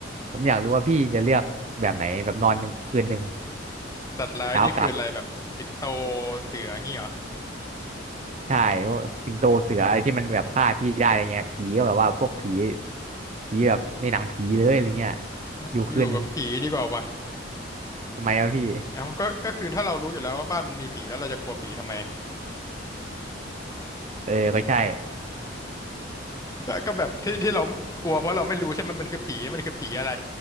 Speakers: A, on the right; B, on the left.
A: ผมอยากรู้ว่าพี่จะเลือกแบบไหนแบบนอนหนึ่งคืนหนึ่ง
B: สัตว์ร้ายนี่คืออะไรแบบสิงโต
A: เช้ากลับ
B: เสืองี้เหรอ
A: ใช่พวกสิงโตเสืออะไรที่มันแบบฆ่าพี่ได้อะไรเงี้ยผีก็แบบว่าพวกผีผีแบบในหนังผีเลยอะไรเงี้ย
B: เอ้ยอยู่กับผีดีกว่าว่ะ
A: อยู่คืนหนึ่งทำไมวะพี่
B: เอ้าก็ก็คือถ้าเรารู้อยู่แล้วว่าบ้านมันมีผีแล้วเราจะกลัวผีทำไมอะ
A: เออก็ใช่
B: ก็ก็แบบที่ที่เรากลัวเพราะเราไม่รู้ใช่ไหมมันคือผีมันคือผีอะไร